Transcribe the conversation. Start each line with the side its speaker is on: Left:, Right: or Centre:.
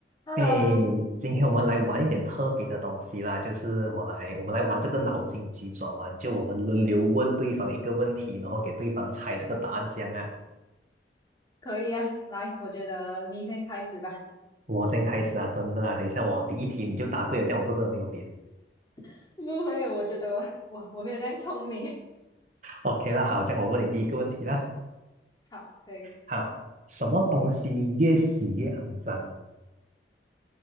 Left: Hello，
Right: 诶，今天我们来玩一点特别的东西啦，就是我来，我们来玩这个脑筋急转弯，就我们轮流问对方一个问题，然后给对方猜这个答案，这样啊。
Left: 可以啊，来，我觉得你先开始吧。
Right: 我先开始啊，真的啊，等一下我第一题你就答对了，这样我不是很没有脸。
Left: <laughs> 不会，我觉得我我我没有这样聪明。
Right: OK 啦，好，这样我问你第一个问题啦。
Left: <laughs> 好，可以。
Right: 好，什么东西越洗越肮脏？